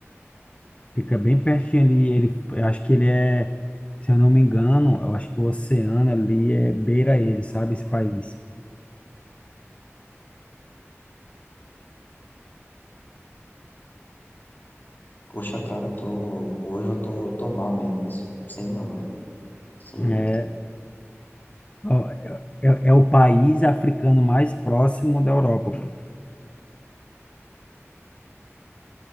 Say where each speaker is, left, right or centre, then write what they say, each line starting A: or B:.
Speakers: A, on the left; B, on the left.
A: Fica bem pertinho ali, ele eu acho que ele é, se eu não me engano, eu acho que o oceano ali é beira ele, sabe, esse país.
B: Poxa, cara, tô... hoje eu tô, tô mal mesmo, isso sei não, velho. Sei
A: É,
B: não.
A: ó, é, é é o país africano mais próximo da Europa, pô.